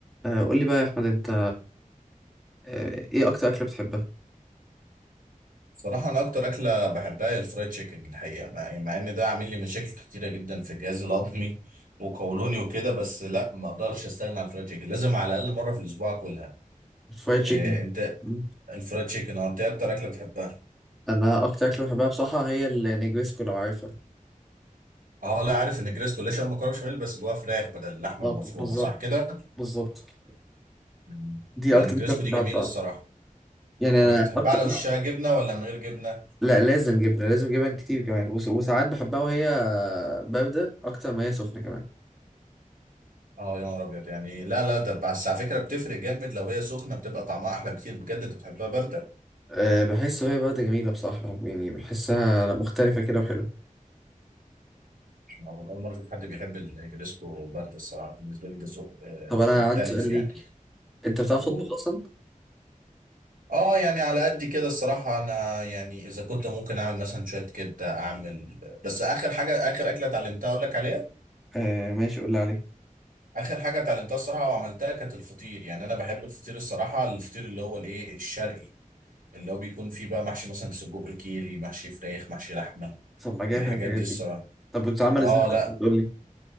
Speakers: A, in the centre; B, on the right.
A: آه، قول لي بقى يا احمد انت آه، ايه اكتر اكله بتحبها
B: صراحة أنا أكتر أكلة بحبها هي الفرايد تشيكن الحقيقة مع, يعني مع إن ده عامل لي مشاكل كتيرة جدا في جهازي الهضمي وقولوني وكده بس لا ما أقدرش أستغنى عن الفرايد تشيكن لازم على الأقل مرة في الأسبوع أكلها
A: فرايد تشيكن
B: إيه أنت
A: مم.
B: الفرايد تشيكن أه أنت إيه أكتر أكلة بتحبها؟
A: انا اكتر اكله بحبها بصراحه هي النجويسكو لو عارفها
B: أه لا عارف إن الجريسكو ليش مكرونة بشاميل بس جواها فراخ بدل اللحمة
A: اه
B: المفرومة
A: بالظبط
B: صح كده؟
A: بالظبط
B: مم.
A: دي
B: لأن
A: اكتر
B: الجريسكو
A: اكله بحبها
B: دي جميلة
A: بصراحه
B: الصراحة
A: يعني
B: طب
A: انا
B: أنت بتحبها
A: اكتر
B: على وشها جبنة ولا من غير جبنة؟
A: لا لازم جبنه لازم جبن كتير كمان وس- وساعات بحبها وهي بارده اكتر ما هي سخنه كمان
B: اه يا نهار ابيض يعني لا لا ده بس على فكره بتفرق جامد لو هي سخنه بتبقى طعمها احلى بكتير بجد انت بتحبها بارده
A: أه بحس وهي بارده جميله بصراحه يعني بحسها مختلفه كده وحلوه
B: أول أول مرة أشوف حد بيحب الجريسكو برد الصراحة بالنسبة لي ده ذوق آه،
A: طب انا
B: مختلف
A: عندي سؤال
B: يعني
A: ليك انت بتعرف
B: و...
A: تطبخ اصلا
B: آه يعني على قد كده الصراحة أنا يعني إذا كنت ممكن أعمل مثلا شوية كبدة أعمل بس آخر حاجة آخر أكلة اتعلمتها أقول لك عليها
A: أه ماشي قول لي عليه
B: آخر حاجة اتعلمتها الصراحة وعملتها كانت الفطير يعني أنا بحب الفطير الصراحة الفطير اللي هو الإيه الشرقي اللي هو بيكون فيه بقى محشي مثلا سجق كيري محشي فراخ محشي لحمة
A: طب ما جامد
B: الحاجات
A: الحاجات
B: دي
A: دي
B: الصراحة
A: طب بتتعمل
B: آه
A: ازاي بتقول
B: لا
A: لي